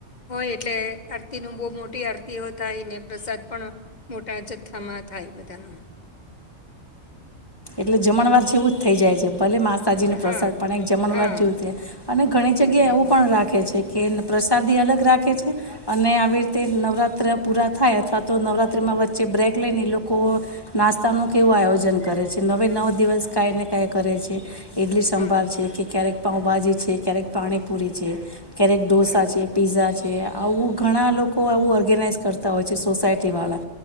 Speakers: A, on the left; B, on the left.
A: હોય એટલે આરતી નું બહુ મોટી આરતીઓ થાય ને પ્રસાદ પણ મોટા જથ્થામાં થાય બધાનો
B: એટલે જમણવાર જેવું જ થઈ જાય છે. ભલે માતાજીનો પ્રસાદ
A: હા
B: પણ એક જમણવાર
A: હા
B: જેવ છે અને ઘણી જગ્યાએ
A: થઈ
B: એવું
A: જાય
B: પણ રાખે છે. કે, પ્રસાદી અલગ રાખે છે, અને આવી રીતે નવરાત્ર પુરા થાય અથવા તો નવરાત્રિમાં વચ્ચે બ્રેક લઈને લોકો નાસ્તાનું કેવું આયોજન કરે છે નવે નવ દિવસ કાંઈ ને કાં કરે છે. એટલી સંભાળ
A: હા હા,
B: છે કે ક્યારેક પાઉભાજી છે ક્યારેક પાણીપુરી છે. ક્યારેક ઢોસાા
A: બરાબર
B: છે પીઝા છે. એ આવું ઘણા લોકો આવું ઓર્ગેનાઈઝ કરશે. તા હોય છે સોસાયટીવાળા